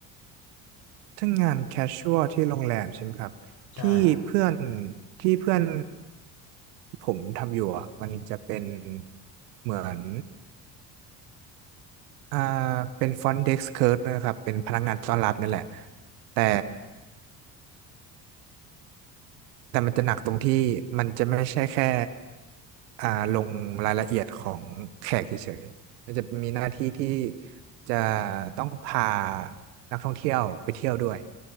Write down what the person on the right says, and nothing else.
ทั้งงานแคชชวลที่โรงแรมใช่ไหมครับที่เพื่อน
ที่เพื่อนผมทำอยู่อะมันจะเป็นเหมือนอ่าเป็นฟรอนต์เด็กซ์เคิร์ฟนะครับเป็นพนักงานต้อนรับนั่นแหละแต่แต่มันจะหนักตรงที่มันจะไม่ใช่แค่อ่าลงรายละเอียดของแขกเฉยๆมันจะมีหน้าที่ที่จะต้องพานักท่องเที่ยวไปเที่ยวด้วย